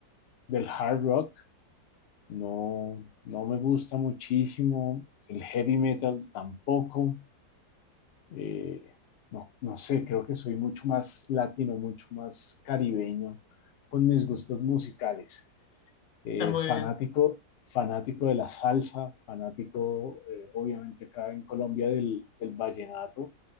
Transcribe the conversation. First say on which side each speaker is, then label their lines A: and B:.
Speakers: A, on the left; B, on the left.
A: del hard rock, no, no me gusta muchísimo, el heavy metal tampoco, eh, no, no sé, creo que soy mucho más latino, mucho más caribeño con mis gustos musicales, eh,
B: Está muy
A: fanático,
B: bien.
A: fanático de la salsa, fanático eh, obviamente acá en Colombia del, del vallenato.